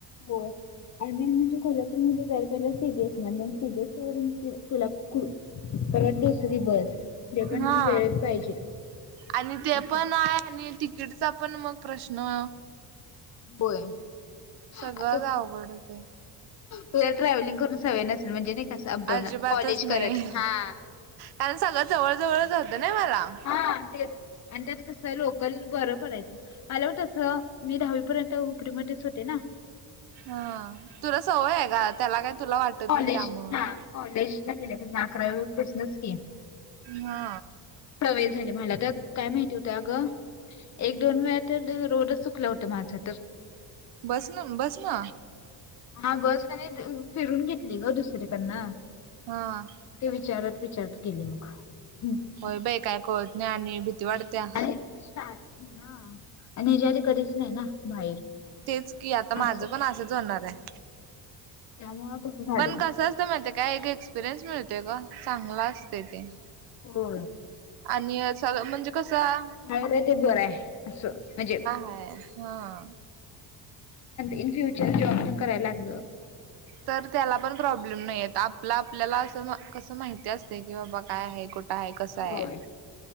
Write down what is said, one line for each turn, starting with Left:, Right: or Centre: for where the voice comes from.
Left: बर.. आणि मी म्हणजे कोल्हापूरमध्ये जर पहिली सीबीएस म सीबीएस वून कोल्हापूर.. परत दुसरी बस ते पण
Right: हा
Left: वेळेत पाहिजे.
Right: आणि ते
Left: असं.
Right: पण आहे आणि तिकीटचा पण मग प्रश्न...
Left: होय...
Right: सगळं
Left: आता
Right: अवघड ते...
Left: तुला ट्रॅव्हलिंग करून सवय नसेल म्हणजे... स अप डाउन
Right: अजिबातच
Left: कॉलेज
Right: नाही
Left: करत हा...
Right: कारण सगळं जवळ जवळच होतं ना मला
Left: हा ते आणि त्यात कसं लोकल बरं पडयचं.. मला वाटत अस मी दहावी पर्यंत हुपरी मध्येच होते ना,
Right: हा तुला सवय आहे का त्याला काही तुला वाटत
Left: कॉलेज
Right: नाही त्यामुळं
Left: हा कॉलेजला, अकरा वी पासून च की
Right: हा
Left: वेळ झाला मला तर काय माहिती होत अगं एक दोन वेळा तर रोड चूकलं होतं माझं तर
Right: बस ना बस ना
Left: हा बस क फिरून घेत. ग दुसर्याकडन
Right: हा
Left: ते विचारत विचारत गेले मग हम्म.
Right: होय बाई काय कळत नाही आणि भीती वाढत्या.
Left: आणि स्टार्ट हा आणि हे हिचा आदी कधीच नाही ना बाहेर
Right: तेच की आता माझं
Left: असं
Right: पण असंच होणार आहे.
Left: त्यामुळे तसं झालं
Right: पण कसं असत माहिती आहे काय एक एक्सपिरियन्स मिळतय का चांगला असते ते,
Left: हो,
Right: आणि सगळ म्हणजे कसं
Left: ते बरं आहे अस म्हणजे
Right: हाय हा
Left: इन फ्युचर जे आपण करायला लागलो.
Right: तर त्याला पण प्रॉब्लेम नाही आहेत. आपला आपल्याला असं कसं माहिती असते कि बाबा काय आहे कुठं आहे कस आहे.
Left: होय